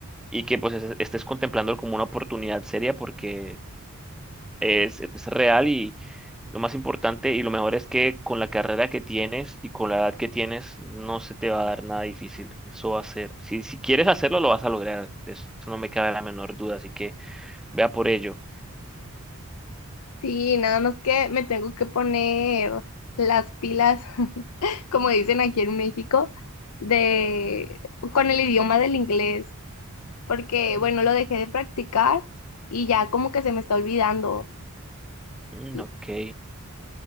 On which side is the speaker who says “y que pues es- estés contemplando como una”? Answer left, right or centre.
Centre